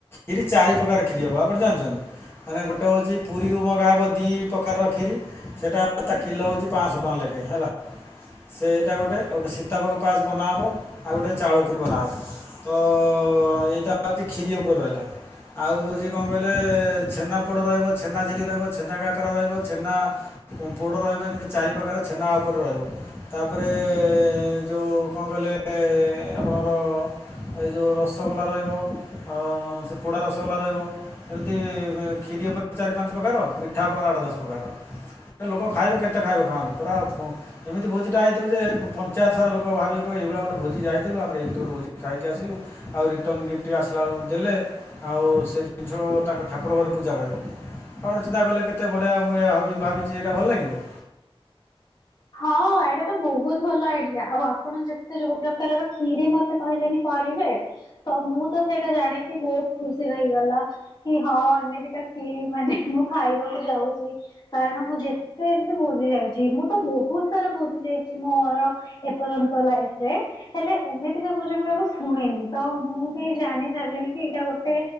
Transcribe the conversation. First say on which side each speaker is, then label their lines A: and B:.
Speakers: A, on the left; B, on the left.
A: ଇରେ ଚାରି ପ୍ରକାର କ୍ଷୀରି ହବ ଆପଣ ଜାଣିଛନ୍ତି? ଆରେ ଗୋଟେ ହେଉଛି ପୁରୀରୁ ମଗା ହେବ ଦୁଇ ପ୍ରକାର ର କ୍ଷୀରି। ସେଇଟା ତା କିଲୋ ହୋଉଛି ପାଞ୍ଚଶହ ଟଙ୍କା ଲେଖେ ହେଲା। ସେ ଏଇଟା ଗୋଟେ ଗୋଟେ ସୀତାବଗ୍ ପାସ୍ ବନାହେବ। ଆଉ ଗୋଟେ ଚାଉଳ କ୍ଷୀରି ବନାହେବ। ତ ଅ ଅ ଏଇଟା ହେଉଛି କ୍ଷିରି ଉପରେ ରହିଲା। ଆଉ ହଉଛି କଣ କହିଲେ ଛେନାପଡ଼ ରହିବ, ଛେନା ଝିଲ୍ଲି ରହିବ, ଛେନା କାକରା ରହିବ, ଛେନା ପୋଡ ରହିବ ଏମିତି ଚାରିପ୍ରକାର ଛେନା ଉପରେ ରହିବ। ତାପରେ ଯଉଁ କଣ କହିଲେ ଆପଣଙ୍କର ଏ ଯେଉଁ ରସଗୋଲା ରହିବ, ଆଉ ସେ ପୋଡ଼ା ରସଗୋଲା ରହିବ, ଏମିତି ଖିରି ଉପରେ ଚାରି ପାଞ୍ଚ ପ୍ରକାର ମିଠା ଉପରେ ଆଠ ଦଶ ପ୍ରକାର। ଗୋଟେ ଲୋକ ଖାଇବେ କେତେ ଖାଇବେ ଖାଆନ୍ତୁ। ପୁରା ପୁ ଏମିତି ଭୋଜିଟା ହେଇଥିବ ଯେ, ପଞ୍ଚାୟତ ସାରା ଲୋକ ଭାବିବେ ଏଇଭଳିଆ ଗୋଟେ ଭୋଜି ଯାଇଥିଲୁ ଆମର ଏମିତି ଗୋଟେ ଭୋଜି ଖାଇକି ଆସିଲୁ। ଆଉ ରିଟର୍ନ ଗିଫ୍ଟ ଆସିଲା ବେଳକୁ ଦେଲେ। ଆଉ ସେ ଜିନିଷ ତାଙ୍କ ଠାକୁର ଘର ପୂଜା ପାଇବ। ଆପଣ ଚିନ୍ତା କଲେ କେତେ ବଢିଆ ମୁଁ ଭାବିଛି ଏଇଟା ଭଲ ଲାଗିବ।
B: ହଁ ଏଇଟା ତ ବହୁତ ଭଲ ଆଇଡିଆ ଆଉ ଆପଣ ଯେତେ ଯୋଉ ପ୍ରକାରର କ୍ଷୀରି ମ କହିଲେନି କରିବେ ତ ମୁଁ ତ ସେଇଟା ଜାଣିକି ବହୁତ ଖୁସି ଲାଗି ଗଲା। କି ହଁ ଏମିତିକା କ୍ଷୀରି ମାନେ ମୁଁ ଖାଇବାକୁ ଯାଉଛି କାରଣ ମୁଁ ଯେ ତ ଏମିତି ଭୋଜି ଯାଉଛି ମୁଁ ତ ବହୁତ ସାରା ଭୋଜି ଯାଇଛି ମୋର ଏପର୍ଯ୍ୟନ୍ତ ଲାଇଫରେ। ହେଲେ ଏମିତିକା ଭୋଜି ମୁଁ କେବେ ଶୁଣିନି ତ ମୁଁ ବି ଜାଣି ସାରିଲିଣି କି ଏଇଟା ଗୋଟେ